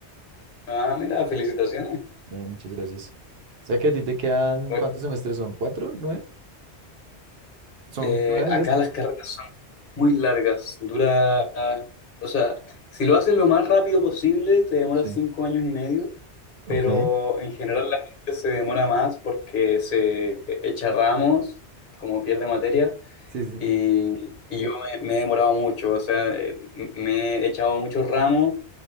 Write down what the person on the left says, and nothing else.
Ah, mira, felicitaciones.
Oye,
eh,
acá
las carreras muy largas. Dura, o sea, si lo haces lo más rápido posible, te demora
cinco años y medio,
pero en general la gente se demora más porque se echa ramos, como pierde materia,
y, y yo me, me he demorado mucho, o sea, eh, m- me he echado muchos ramos,